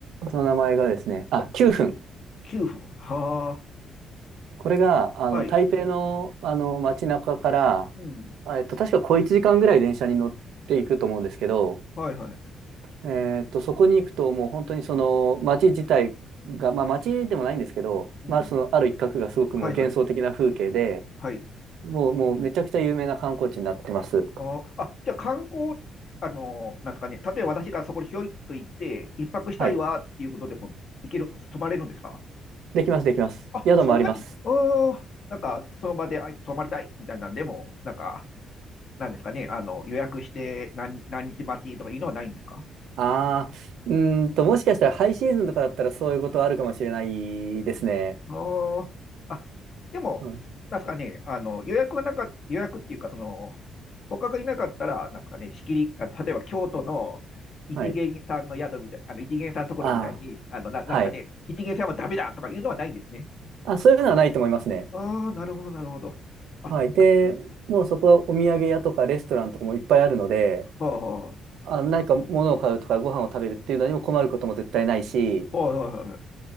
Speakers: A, on the right; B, on the left.
A: その名前がですね、あ、9分。
B: 9分。は
A: これが、あの、
B: あ、はい。
A: 台北の、あの、街中から、
B: うん。
A: あえっと、確か小1時間ぐらい電車に乗っていくと思うんですけど、
B: はいはい。
A: えーっと、そこに行くともう本当にその街自体が、まあ街でもないんですけど、
B: うん。
A: まあそのある一角がすごくもう幻想的な風景で、
B: はいはい。はい。
A: もう、もうめちゃくちゃ有名な観光地になってます。
B: ああ、じゃあ観光、あの、なんですかね。例えば私がそこにひょいっと行って、一泊したいわっていうことでも行ける、
A: はい。
B: 泊まれるんですか
A: できます、できます。
B: あ、
A: 宿もあります。
B: そんなに、おあ、なんかその場であ泊まりたいみたいなんでも、なんか、なんですかね。あの、予約して何、何日待ちとかいうのはないんですか
A: ああ、うーんと、もしかしたらハイシーズンとかだったらそういうことはあるかもしれないですね。
B: ああ、あ、でも、
A: うん。
B: なんすかね、あの、予約がなかっ予約っていうか、その、他がいなかったら、なんすかね、仕切り、あ、例えば京都の一元さんの宿みたい、
A: はい。
B: あの、一元さんのところみたいに、
A: ああ、
B: あの、な、なんすかね、
A: はい。
B: 一元さんはダメだとかいうのはないんですね。
A: あ、そういうのはないと思いますね。
B: ああ、なるほど、なるほど。あ、
A: はい。で、もうそこはお土産屋とかレストランとかもいっぱいあるので、
B: はあ、は
A: あ何か物を買うとかご飯を食べるっていうのにも困ることも絶対ないし、
B: いはいはい